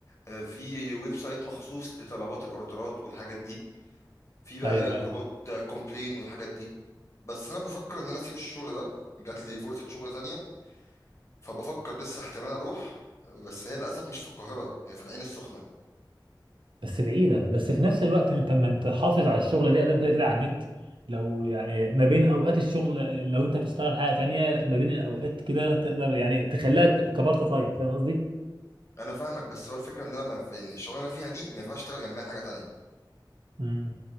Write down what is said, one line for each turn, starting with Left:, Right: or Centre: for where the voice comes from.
Left: آه، في ويب سايت مخصوص لطلبات الاوردرات والحاجات دي في بقى
Right: ايوه
Left: جروبات
Right: ايوه
Left: كومبلين والحاجات دي بس انا بفكر ان انا اسيب الشغل ده جات لي فرصة شغل تانية فبفكر لسه احتمال اروح بس هي للاسف مش في القاهرة هي في العين السخنة
Right: بس بعيده بس في نفس الوقت انت ما انت حافظ على الشغله دي ادم كده كده على النت لو يعني ما بين اوقات الشغل لو انت هتشتغل حاجه تانية ما بين الاوقات كده تقدر يعني تخليها ك- كبارت تايم فاهم قصدي
Left: انا فاهمك بس هو الفكرة ان انا ما ينف... يعني الشغلانة اللي انا فيها دي ما ينفعش اشتغل جنبها حاجة تانية
Right: مم.